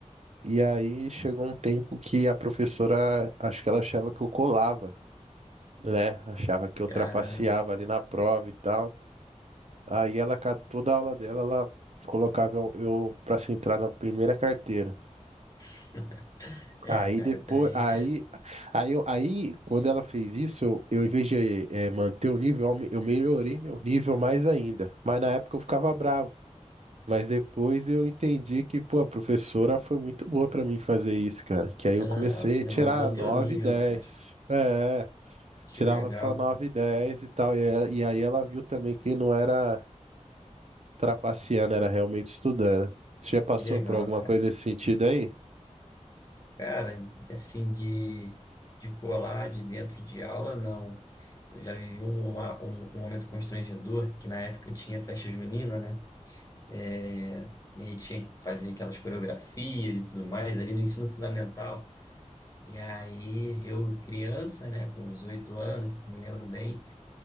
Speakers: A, on the right; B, on the left.
A: E aí chegou um tempo que a professora, acho que ela achava que eu colava, né? Achava que eu
B: Caramba.
A: trapaceava ali na prova e tal. Aí ela, ca- toda a aula dela, ela colocava eu, eu para se entrar na primeira carteira.
B: <laughs> É,
A: Aí
B: cara,
A: depois,
B: eu também.
A: aí, aí, eu- aí quando ela fez isso, eu, eu em vez de eh, manter o nível, eu aume- eu melhorei meu nível mais ainda. Mas na época eu ficava bravo. Mas depois eu entendi que, pô, a professora foi muito boa pra mim fazer isso, cara. Que aí
B: Ela
A: eu comecei a
B: renovou
A: tirar 9
B: teu nível,
A: 10,
B: cara.
A: É,
B: Que
A: tirava
B: legal,
A: só 9
B: cara.
A: 10 e tal. E, a- e aí ela viu também que não era. trapaceando, era realmente estudando. Você já passou
B: Que legal,
A: por alguma
B: cara.
A: coisa nesse sentido aí?
B: Cara, assim, de, de pular de dentro de aula, não. Eu já vivi um, uma- um, um momento constrangedor, que na época tinha festa junina, né? É, e aí tinha que fazer aquelas coreografias e tudo mais ali no ensino fundamental. E aí eu, criança, né, com os oito anos, me lembro bem,